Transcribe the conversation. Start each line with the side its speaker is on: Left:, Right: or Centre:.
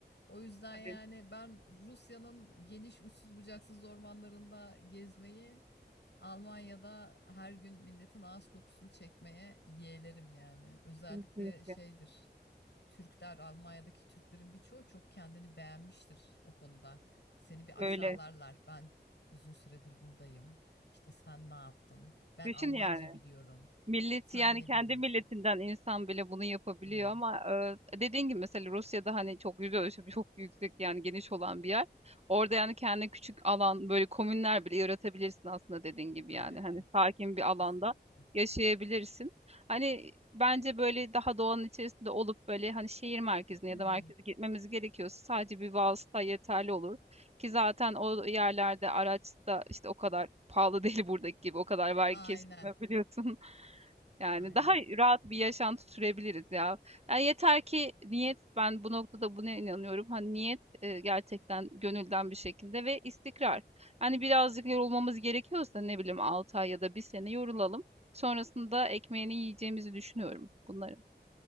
Left: O yüzden
Right: tabii,
Left: yani ben Rusya'nın geniş uçsuz bucaksız ormanlarında gezmeyi Almanya'da her gün milletin ağız kokusunu çekmeye yeğlerim yani. Özellikle
Right: kesinlikle.
Left: şeydir. Türkler, Almanya'daki Türklerin birçoğu çok kendini beğenmiştir o konuda. Seni bir
Right: Öyle.
Left: aşağılarlar. Ben uzun süredir buradayım. İşte sen ne yaptın? Ben
Right: Düşün
Left: Almanca
Right: yani.
Left: biliyorum.
Right: Millet
Left: Sen
Right: yani
Left: ne
Right: kendi
Left: biliyorsun?
Right: milletinden insan bile bunu yapabiliyor
Left: Hmm,
Right: ama e, dediğin gibi mesela Rusya'da hani çok yüz ölçümü <laughs> çok yüksek yani geniş olan bir yer. Orada yani kendi küçük alan böyle komünler bile yaratabilirsin aslında dediğin gibi
Left: aynen.
Right: yani hani sakin bir
Left: Kesinlikle.
Right: alanda yaşayabilirsin. Hani bence böyle daha doğanın içerisinde olup böyle hani şehir merkezine
Left: Hı
Right: ya
Left: hı.
Right: da merkeze gitmemiz gerekiyorsa sadece bir vasıta yeterli olur. Ki zaten o yerlerde araç da işte o kadar pahalı <laughs> değil buradaki gibi o kadar vergi
Left: Aynen.
Right: kesilmiyor biliyorsun. Yani
Left: Aynen.
Right: daha rahat bir yaşantı sürebiliriz ya. Yani yeter ki niyet, ben bu noktada buna inanıyorum. Hani niyet e, gerçekten gönülden bir şekilde ve istikrar. Hani birazcık yorulmamız gerekiyorsa ne bileyim 6 ay ya da bir sene yorulalım. Sonrasında ekmeğini yiyeceğimizi düşünüyorum bunların.